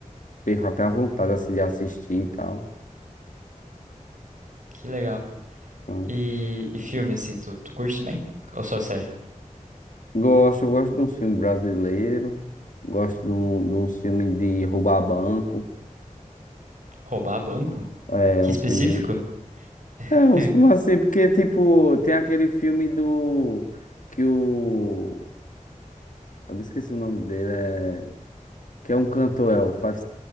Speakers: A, on the left; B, on the right.
A: perco até a vontade assim de assistir e tal.
B: Que legal.
A: né.
B: E, e filme, assim, tu, tu curte também? Ou só série?
A: Gosto, gosto de um filme brasileiro, gosto de um, de um filme de roubar banco,
B: Roubar banco?
A: é
B: Que
A: um
B: específico?
A: filme de.
B: <laughs>
A: É, uns filmes assim, porque tipo, tem aquele filme do. Que o. Eu me esqueci o nome dele, é. Que é um cantor, é o Five-